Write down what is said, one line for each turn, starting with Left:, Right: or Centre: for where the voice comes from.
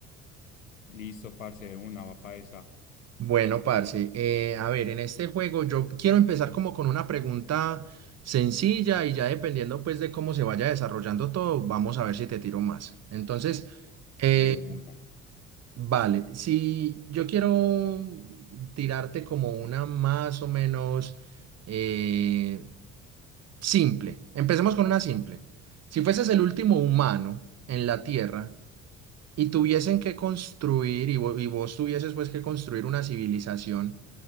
Left: Listo, parce, de una, va pa' esa.
Right: Bueno, parce, eh, a ver, en este juego yo quiero empezar como con una pregunta sencilla y ya dependiendo pues de cómo se vaya desarrollando todo, vamos a ver si te tiro más. Entonces... eh,
Left: De una.
Right: Vale, si yo quiero tirarte como una más o menos eh, simple, empecemos con una simple. Si fueses el último humano en la Tierra y tuviesen que construir, y, vo- y vos tuvieses pues que construir una civilización,